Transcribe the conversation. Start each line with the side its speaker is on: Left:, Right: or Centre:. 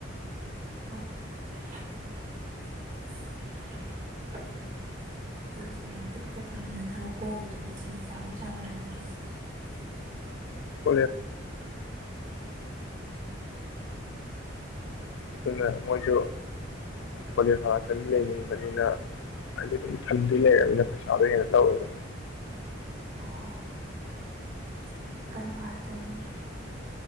Right: <unintelligible>
Left: <unintelligible> ꯑꯗꯨꯅ ꯃꯣꯏꯁꯨ ꯀꯣꯂꯦꯖ ꯉꯥꯛꯇ ꯂꯩꯅꯤꯡꯕꯅꯤꯅ ꯍꯥꯏꯗꯤ ꯑꯗꯨꯝ ꯊꯝꯗꯨꯏ ꯂꯩꯔꯕꯅꯤꯅ ꯄꯩꯁꯥꯗꯣ ꯍꯦꯟꯅ ꯂꯧꯋꯤꯅꯦ
Right: ꯑꯣ ꯀꯕꯥꯗꯅꯤ